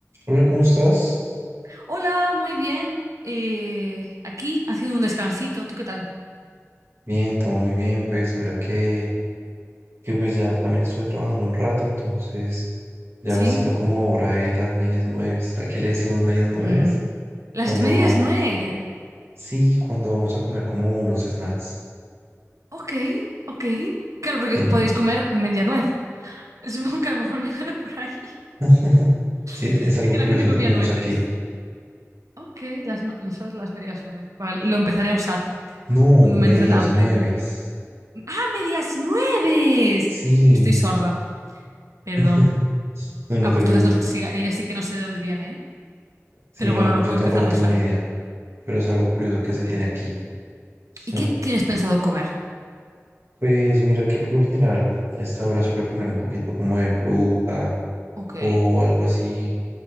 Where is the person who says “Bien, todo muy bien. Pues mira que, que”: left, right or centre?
Right